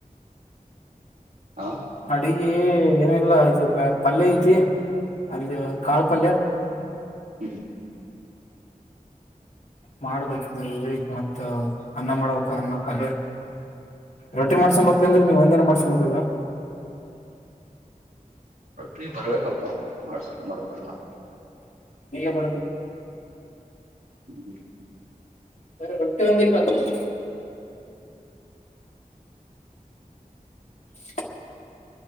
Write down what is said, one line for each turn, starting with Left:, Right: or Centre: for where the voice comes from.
Right: ಹ
Left: ಅಡಿಗೆಏನಿಲ್ಲ ಇದು ಪಲ್ಯ ಐತಿ ಅಲ್ಲಿ ಕಾಳು ಪಲ್ಯ
Right: ಹ್ಮ
Left: ಮಾಡ್ಬೇಕಲ್ಗ ಮತ್ತ ಅನ್ನ ಮಾಡ್ಬೇಕ ಅನ್ನ ಕಲೆ ರೊಟ್ಟಿ
Right: ಹಾ
Left: ಮಾಡ್ಸೊಂಬರ್ತೇನ್ ನೀವ್ ಒಂದೇನ ಮಾಡ್ಸೊಂಬರ್ಲ್ಲ
Right: ನೀ ಬರ್ಬೇಕಪ್ಪ ಮಾಡಸ್ಕೊಂಡಂಬರ್ಲ್ಲ
Left: ಮ ಬ
Right: ಹ್ಮ್
Left: ಸ ಹೊಟ್ಟೆ ಬಂದ ಹತ್ತ <inaudible>